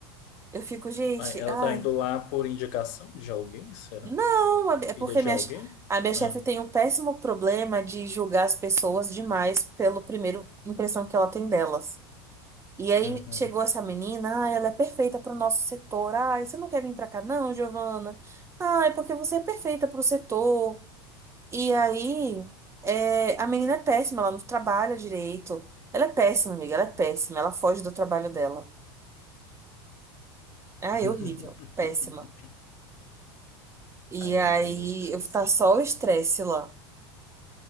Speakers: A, on the right (about 20°); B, on the left (about 55°).
A: Eu fico, gente,
B: Ai, ela
A: ai,
B: tá indo lá por indicação de alguém, será?
A: não, é
B: É Filha
A: porque
B: de
A: minha,
B: alguém?
A: che- a minha chefe
B: Ah,
A: tem um péssimo problema de julgar as pessoas demais pelo primeiro impressão que ela tem delas. E aí
B: uhum.
A: chegou essa menina, ai, ela é perfeita para o nosso setor. Ai, você não quer vir para cá, não, Giovana? Ai, porque você é perfeita para o setor. E aí, é, a menina é péssima, ela não trabalha direito. Ela é péssima, amiga, ela é péssima, ela foge do trabalho dela. Ai,
B: <laughs>
A: horrível. Péssima. E
B: Ai,
A: aí,
B: amiga, meu Deus.
A: eu tá só o estresse lá.